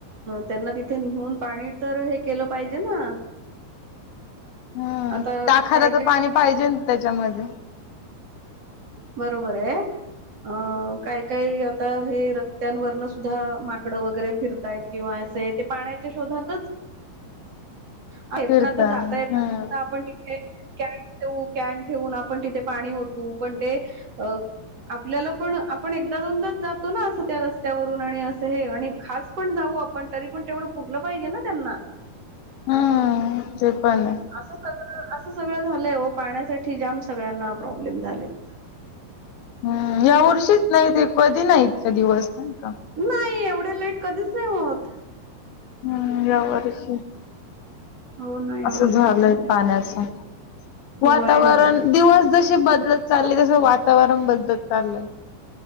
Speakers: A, on the right; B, on the left.
A: त्यांना तिथे नेऊन पाणी तर हे केलं पाहिजे ना
B: हम्म
A: आता
B: टाखाला
A: काय
B: तर
A: काय
B: पाणी पाहिजे ना त्याच्यामध्ये
A: बरोबर आहे अ काय काय आता हे त्यांवरनं सुद्धा माकडं वगैरे फिरतायत किंवा असं आहे ते पाण्याच्या शोधातच पण
B: फिरता
A: आता जाता
B: हम्म
A: येतता आपण हे कॅन ठेव कॅन ठेवून आपण तिथे पाणी ओतू पण ते अ आपल्याला पण आपण एकदा दोनदाच जातो ना असं त्या रस्त्यावरून आणि असं हे आणि खास पण जाऊ आपण तरी पण तेवढं पुरलं पाहिजे ना त्यांना
B: हम्म ते पण आहे.
A: असं सगळं असं सगळं झालंय हो पाण्यासाठी जाम सगळ्यांना प्रॉब्लेम झालेत.
B: हम् या
A: का
B: वर्षीच नाहीत एक कधी नाही इतके दिवस नाही का
A: नाही एवढे लेट कधीच नाही होत.
B: हम्म या वर्षी
A: हो ना या
B: असं
A: वर्षीच
B: झालंय पाण्याचा
A: होय
B: वातावरण
A: होय
B: दिवस जसे बदलत चाललेय तस वातावरण बदलत चाललय.